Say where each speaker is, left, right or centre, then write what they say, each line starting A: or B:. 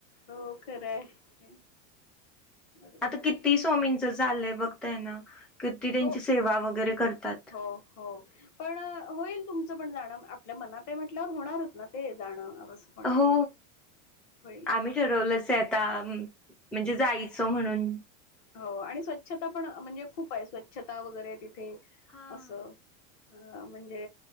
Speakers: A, on the left (about 45°); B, in the centre.
A: हो खरं आहे बरोबर
B: आता
A: आहे
B: किती स्वामींचं चाललंय बघतय ना किती त्यांची
A: हो
B: सेवा वगैरे करतात.
A: हो हो पण होईल तुमचं पण जाण आपल्या मनात म्हटल्यावर होणारच ना ते जाणं कस पण
B: हो
A: आहे होईल
B: आम्ही ठरवलंच आहे आता म्हणजे जायचं म्हणून
A: हो आणि स्वच्छता पण म्हणजे खूप आहे स्वच्छता वगैरे तिथे
B: हा.
A: असं अ म्हणजे